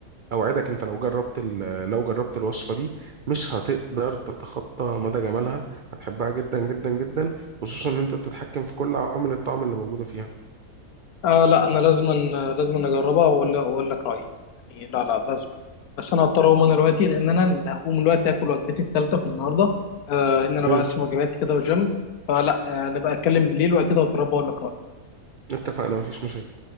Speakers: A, on the right; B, on the left.
A: اوعدك انت لو جربت ال- لو جربت الوصفه دي مش هتقدر تتخطى مدى جمالها هتحبها جدا جدا جدا خصوصا ان انت بتتحكم في كل عوامل الطعم اللي موجوده فيها
B: آه لا انا لازم لازم اجربها واقول اقول لك رايي يعني لا لا لازم بس انا هضطر اقوم انا دلوقتي لان انا اللي هقوم دلوقتي اكل وجبتي الثالثه في النهارده آه ان انا بقسم
A: مم.
B: وجباتي كده والجيم فلا آه نبقى اتكلم بالليل وكده واجربها واقول لك رايي
A: اتفقنا مفيش مشاكل